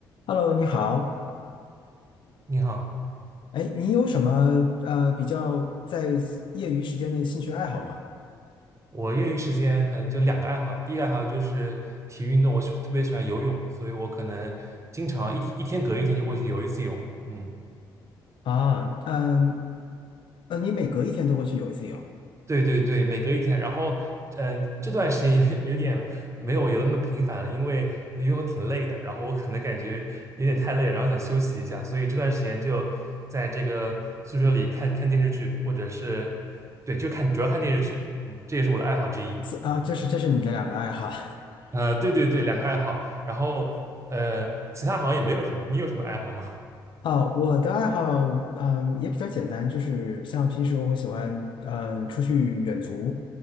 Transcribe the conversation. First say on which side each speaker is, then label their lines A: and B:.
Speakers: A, on the left; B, on the right.
A: Hello，你好。
B: 你好，
A: 哎，你有什么呃比较在业余时间的兴趣爱好吗？
B: 我业余时间可能就两个爱好，第一个爱好就是体育运动，我喜特别喜欢游泳，所以我可能经常一一天隔一天就会去游一次泳。嗯，
A: 啊，嗯，呃，你每隔一天都会去游一次泳，
B: 对对对，每隔一天。然后，呃，这段时间有点有点没有游那么频繁了，因为游泳挺累的，然后我可能感觉有点太累了然后想休息一下，所以这段时间就在这个宿舍里看看电视剧，或者是对，就看主要看电视剧。嗯，这也是我的爱好之一。
A: 是啊，这是这是你的两个爱好。<laughs>
B: 呃，对对对，两个爱好，然后呃，其他好像也没有什么，你有什么爱好吗？
A: 哦，我的爱好，嗯，也比较简单，就是像平时我会喜欢，嗯，出去远足，